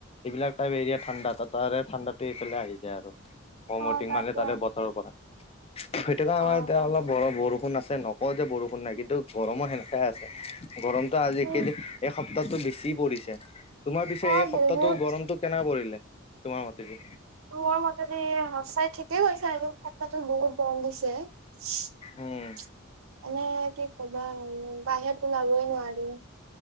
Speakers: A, on the left; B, on the right.
A: এইবিলাক টাইপ এৰিয়া ঠাণ্ডা, তা তাৰে ঠাণ্ডাটো এইফালে আহি যায় আৰু। কমতি
B: অ', তাকে
A: মানে তাৰে বতৰৰ পৰা, সেইটোকাে কাৰনে
B: অ',
A: মানে এতিয়া
B: তাকে
A: অলপ বৰ বৰষুণ আছে ন' ক যে বৰষুণ নাই কিন্তু গৰমো সেনেকাই আছে। গৰমটো আজিকালি
B: উম।
A: এসপ তাটো বেছি পৰিছে। তোমাৰ পিছে
B: অ
A: এই সপ্তাহটো
B: বহুত
A: গৰমটো কেনেকা পৰিলে তোমাৰ মতেগে?
B: মোৰ মতেতে সঁচাই ঠিকেই কৈছা আৰু <unintelligible> বহুত বন্ধ দিছে। <inaudible>
A: উম
B: এনে কি কবা আৰু, বাহিৰত ওলাবই নোৱাৰি